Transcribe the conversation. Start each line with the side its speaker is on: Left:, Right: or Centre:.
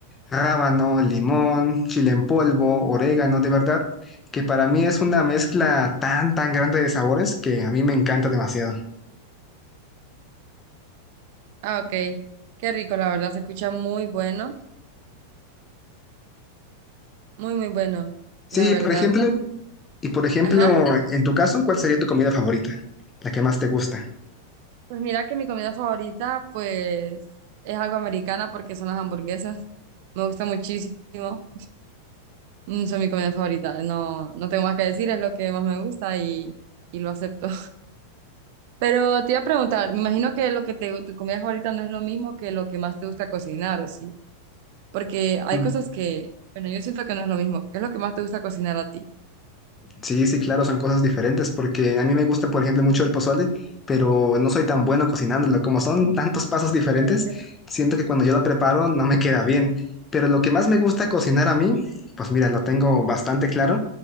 Left: rábano, limón, chile en polvo, orégano, de verdad, que para mí es una mezcla tan, tan grande de sabores que a mí me encanta demasiado.
Right: Ah, ok. Qué rico, la verdad. Se escucha muy bueno. Muy, muy bueno,
Left: Sí,
Right: la verdad.
Left: por ejemplo, Y por ejemplo,
Right: Ajá.
Left: en tu caso, ¿cuál sería tu comida favorita? La que más te gusta.
Right: Pues mira que mi comida favorita, pues, es algo americana porque son las hamburguesas. Me gusta muchísimo. Mm, son mi comida favorita. No, no tengo más que decir, es lo que más me gusta y, y lo acepto. Pero te iba a preguntar, me imagino que lo que te, te comías ahorita no es lo mismo que lo que más te gusta cocinar, ¿o sí? Porque hay
Left: Mm.
Right: cosas que, bueno, yo siento que no es lo mismo. ¿Qué es lo que más te gusta cocinar a ti?
Left: Sí, sí, claro, son cosas diferentes porque a mí me gusta, por ejemplo, mucho el pozole, pero no soy tan bueno cocinándolo. Como son tantos pasos diferentes,
Right: Eh, pero,
Left: siento que cuando yo lo preparo no me queda bien. Pero lo que más me gusta cocinar a mí, pues mira, lo tengo bastante claro,